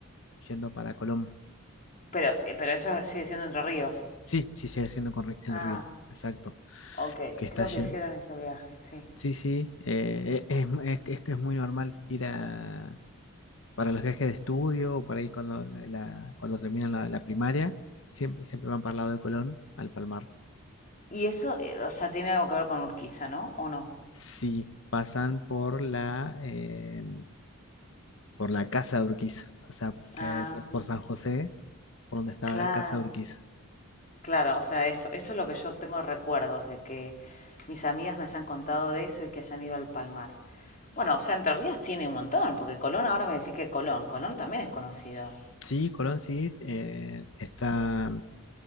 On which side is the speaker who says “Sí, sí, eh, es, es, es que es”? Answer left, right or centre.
Left